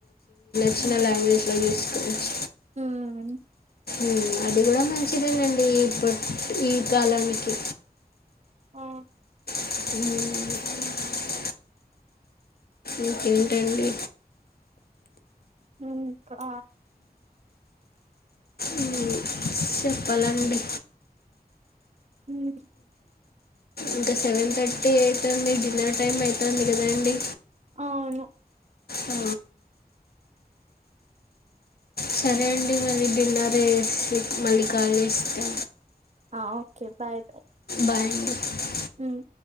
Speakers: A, on the left; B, on the right.
A: చ్చిన లాంగ్వేజ్లో జూస్కోవచ్చు
B: ఉమ్
A: ఉమ్ అది గుడా మంచిదేనండి ఇప్పడి ఈ కాలానికి
B: ఆ
A: ఉమ్ ఇంకేంటండి
B: ఇంకా
A: మ్మ్. చెప్పాలండి
B: ఉమ్
A: ఇంక సెవెన్ థర్టీ అయితాంది డిన్నర్ టైం అయితాంది గదండి
B: అవును
A: ఆ సరే అండి మళ్ళీ డిన్నర్ జేసి మళ్ళీ కాల్ చేస్తా
B: ఆ ఓకే బాయ్ బాయ్
A: బాయ్ అండి
B: హ్మ్